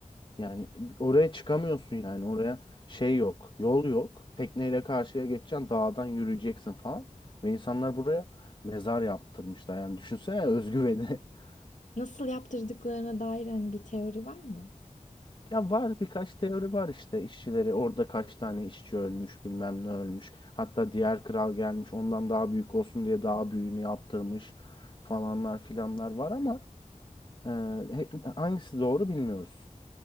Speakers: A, on the left (about 35°); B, on the left (about 60°).
A: Yani oraya çıkamıyorsun yani oraya şey yok, yol yok. Tekneyle karşıya geçeceksin, dağdan yürüyeceksin falan. Ve insanlar buraya mezar yaptırmışlar. Yani düşünsene özgüveni. <laughs>
B: Nasıl yaptırdıklarına dair hani bir teori var mı?
A: Ya var birkaç teori var işte işçileri orada kaç tane işçi ölmüş bilmem ne ölmüş. Hatta diğer kral gelmiş ondan daha büyük olsun diye daha büyüğünü yaptırmış falanlar filanlar var ama e, he- hangisi doğru bilmiyoruz.